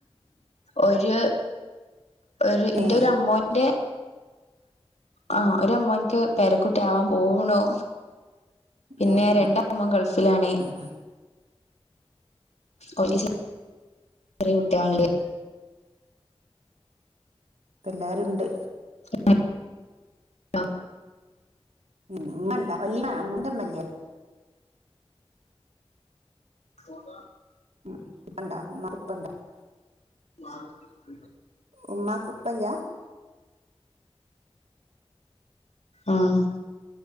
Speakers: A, on the left; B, on the right.
A: ഒര് ഒരു ന്റെ
B: ഏ
A: ഒരു അമ്മോന്റെ ആ
B: ഉം
A: ഒരു അമ്മോനക്ക് പേരെ കുട്ടി ട്ട്യാവാൻ പോവുണു പിന്നെ
B: ഏഹ് ആഹ്
A: രണ്ടമ്മോൻ ഗൾഫിലാണ്
B: ആഹ്
A: ഓരു <unintelligible> ചെര്യ കുട്ട്യാൾല്ലേ
B: ഉം പ്പംല്ലാരുണ്ട്
A: <inaudible>
B: ഇമ്മ ണ്ട വലിയ ഇമ്മന്റഇമ്മ ല്ലേ <unintelligible>
A: <unintelligible>
B: ഉ ഉപ്പണ്ടാ ഉമ്മ ഉപ്പ ണ്ട <unintelligible>
A: <unintelligible>
B: ഉമ്മാക്ക്‌ ഉപ്പയില്ല
A: ആഹ്